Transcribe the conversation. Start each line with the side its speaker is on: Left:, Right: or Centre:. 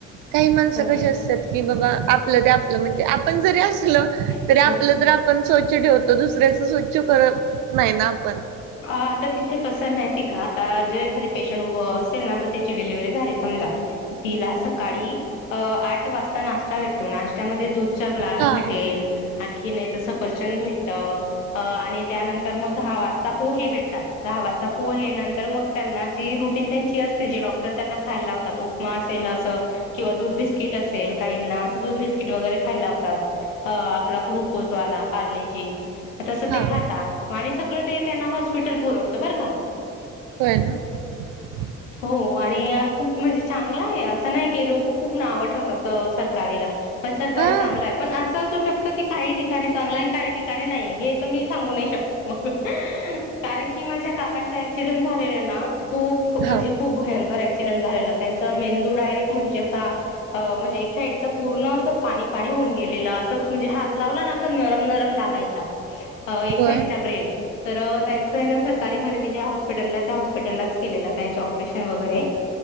Right: का ही माणसं
Left: हो
Right: कशी असतात बाबा अँप आपल ते आपल म्हणजे आपण जरी असलं
Left: हम्म
Right: त आपलं तर आपण स्वचछ ठेवतो दुऱ्याच स्वच्छ करत नाही ना आपण
Left: आता तिथे कसं माहितीय का आता जर एखादी पेशंट असेल ना तर त्याची डिलिव्ही झाली समज समजा तिला सकाळी आठ वाजता नाशता भेटतो नाशत्यामध्ये दूध दूध चा ग्लास
Right: हां,
Left: भेटेल आणखी नाही तर सफरचंद भेटे अ आणि त्यानंतर मग दहा वाजता पोहे भेटतात दहा वाजता प प हे नंतर मग त्यांना जी रुटीन त्यांची असते जे डॉक्टर त्यांना खायला लावतात उपमा असेल अस किंवा दूध बिस्किट असेल काहीना असं दूध बिस्किट वगैरे खायलावतात आपला ग्लुकोज ी तस
Right: हां.
Left: ते खातात आणि सगळं ते त्यांना हॉस्पिटल पुरवत बर का
Right: हो ना <unintelligible>
Left: हो आणि या खूप म्हणजे चांगला आहे असं नाही की लोक खूप आव ठेवतात सरकारीला पण सरकारी
Right: हां.
Left: चांगलं आहे पण अस असू शकत की काही ठिकाणी चांगलं आणि काही ठिकाणी नाही हे तर मी सांगू नाही शकत मग कारण की माझ्या काकांचा ऍक्सिडेंट झालेला ना खूप
Right: हां.
Left: म्हणजे खूप भयंकर ऍक्सिडेंट झाले त्यांचा मेंदू डायरेक्ट म्हणजे अस म्हणजे एक साईड पूर्ण अस पाणी पाणी होऊन गेलेलं अस म्हणजे हात लावला नरम नरम लागायचा एक
Right: होय?
Left: साइडच्या ब्रेन त्यांच सरकारीी ज हॉस्पिटल त्या हॉस्पिटललाच केलेलं त्यां ऑपरेशन वगरे